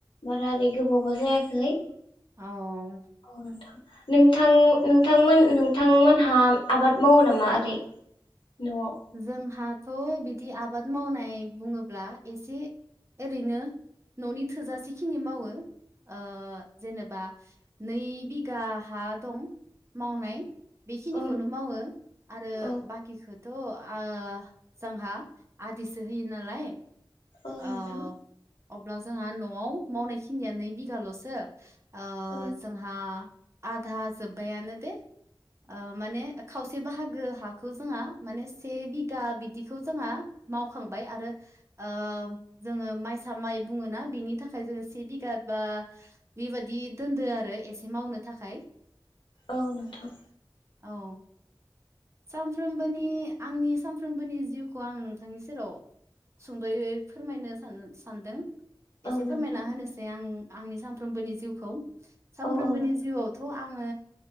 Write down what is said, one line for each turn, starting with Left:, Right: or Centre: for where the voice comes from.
Left: बारा ओरै गोबावबो जायाखै
Right: औ
Left: औ नोंथां नोंथां नोंथांमोन नोंथांमोनहा आबाद मावो नामा ओरै न'आव
Right: जोंहाथ' बिदि आबाद मावनाय बुङोब्ला एसे ओरैनो न'नि थोजासेखिनि मावो ओ जेनेबा नै बिघा हा दं मावनाय बेखिनिखौनो
Left: औ
Right: मावो आरो
Left: औ
Right: बाखिखौ त' आ जोंहा आदिसो होयो नालाय
Left: औ नोंथां
Right: ओ अब्ला जोंहा न'आव मावनाय खिनिया नै बिघाल'सो ओ
Left: औ
Right: जोंहा आधा जोबबायानो दे ओ माने खावसे बाहागो हाखौ जोंहा माने से बिगा बिदिखौ जोंहा मावखांबाय आरो ओ जोङो मायसा माइ बुङो ना बेनि थाखाय जों से बिघा बा बेबादि दोनदों आरो एसे मावनो थाखाय
Left: औ नोंथां
Right: औ सामफ्रोमबोनि आंनि सामफ्रोमबोनि जिउखौ आं नोंथांनि सेराव सुंद'यै फोरमायनो सान सानदों
Left: औ
Right: एसे फोरमायना
Left: नोंथां
Right: होनोसै आं आंनि सामफ्रोमबोनि जिउखौ। सामफ्रोमबोनि
Left: औ औ नोंथां
Right: जिउआवथ' आङो